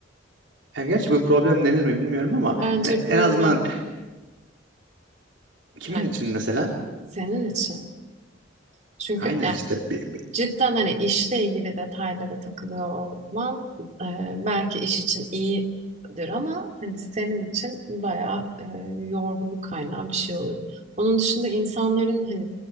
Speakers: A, on the right; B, on the right.
A: yani gerçi bu problem denir mi bilmiyorum ama
B: Bence
A: yani en
B: problem
A: azından kimin
B: yani
A: için mesela
B: senin için. Çünkü
A: aynen
B: yani
A: işte bi-
B: cidden hani işle ilgili detaylara takılıyor olman e, belki iş için iyidir ama hani senin için bayağı e, yorgunluk kaynağı bir şey olur. Onun dışında insanların hani